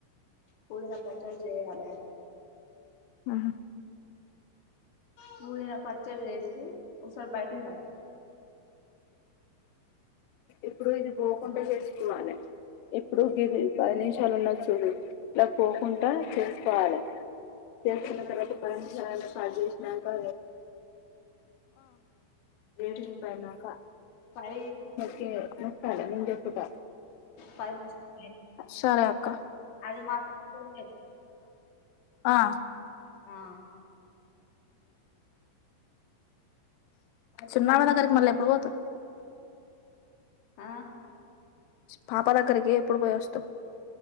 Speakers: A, on the left; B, on the left.
A: పుదినా పచ్చడి జేయాలే
B: ఉహు.
A: పూదిన పచ్చడ్జేసి ఒక్సారి బయటికి రారా
B: ఇప్పుడు ఇది బోకుంటే జేసుకోవాలే ఇప్పుడు గిదీ పది నిమిషాలున్నది చూడు ఇలా పోకుంటా చేస్కోవాలే చేస్కున్న
A: చేసుకున్న
B: తర్వాత పది నిముషాలైన పదీ నాకా వేట
A: రేటింగ్
B: వివాదం సూడు
A: ఫైవ్
B: ఆ క్కే వస్తాలే నేంజెప్పుతా
A: పది నిమిషాలు
B: సరే అక్క
A: అది మాత్రం
B: ఆఁ
A: ఆఁ అసలు
B: చిన్నావనగర్క్
A: మంచి
B: మల్లెప్పుడు పోతావ్
A: ఆ
B: పాప దగ్గర్కీ ఎప్పుడు పొయ్యొస్తవ్